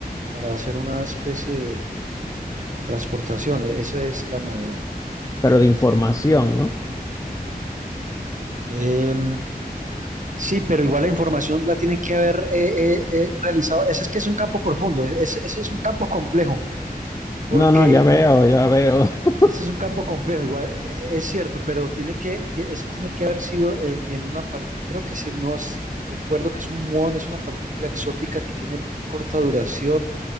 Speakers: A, on the right; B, on the left.
A: para hacer una especie de, de transportación, e- esa es la novedad.
B: pero de información, ¿no?
A: Em, sí, pero igual la información la tienen que haber eh, eh, eh, realizado. Ese es que es un campo profundo, e, ese, ese es un campo complejo, porque
B: No, no, ya veo, ya veo. <laughs>
A: ese es un campo complejo, igual eh, es cierto, pero tiene que, tie- eso tiene que haber sido en, en una parte, creo que si no es- recuerdo que es un muón, es una partícula exótica que tiene corta duración,